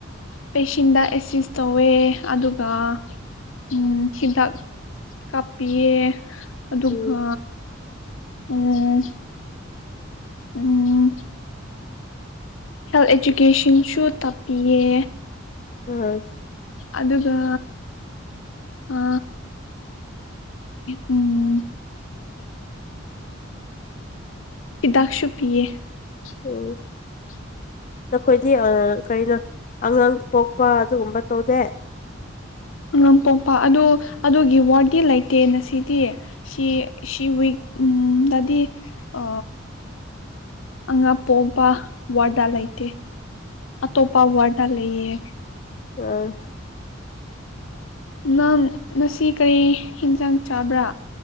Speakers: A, on the left; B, on the left.
A: ꯄꯦꯁꯤꯦꯟꯗ ꯑꯦꯁꯤꯁ ꯇꯧꯋꯦ ꯑꯗꯨꯒ ꯎꯝ ꯍꯤꯗꯥꯛ ꯀꯥꯞꯄꯤꯌꯦ ꯑꯗꯨꯒ
B: ꯎꯝ
A: ꯎꯝ ꯎꯝ ꯍꯦꯜꯊ ꯏꯗꯨꯀꯦꯁꯟꯁꯨ ꯇꯥꯛꯄꯤꯌꯦ
B: ꯎꯝ
A: ꯑꯗꯨꯒ ꯑ ꯎꯝ ꯍꯤꯗꯥꯛꯁꯨ ꯄꯤꯌꯦ <unintelligible>
B: ꯎꯝ ꯅꯈꯣꯏꯗꯤ ꯀꯔꯤꯅꯣ ꯑꯉꯥꯡ ꯄꯣꯛꯄ ꯑꯗꯨꯒꯨꯝꯕ ꯇꯧꯗꯦ
A: ꯑꯉꯝ ꯄꯣꯛꯄ ꯑꯗꯨ ꯑꯗꯨꯒꯤ ꯋꯥꯗꯤ ꯂꯩꯇꯦ ꯉꯥꯁꯤꯗꯤ ꯁꯤ ꯁꯤ ꯋꯤꯛ ꯎꯝ ꯗꯗꯤ ꯑ ꯑꯉꯥ ꯄꯣꯛꯄ ꯋꯥꯔꯗ ꯂꯩꯇꯦ ꯑꯇꯣꯞꯄ ꯋꯥꯔꯗ ꯂꯩꯑ
B: ꯎꯝ
A: ꯅꯡ ꯉꯁꯤ ꯀꯔꯤ ꯍꯤꯟꯖꯥꯡ ꯆꯥꯕ꯭ꯔꯥ